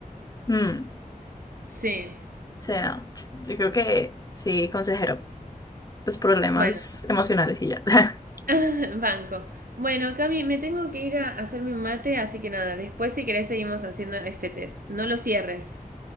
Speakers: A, on the left (about 25°); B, on the right (about 80°).
A: mm,
B: Sí.
A: sí, no. Yo creo que sí, consejero. Los problemas
B: Bueno,
A: emocionales y ya. <laughs>
B: <laughs> banco. Bueno, Cami, me tengo que ir a hacerme un mate, así que nada, después si querés seguimos haciendo este test. No lo cierres.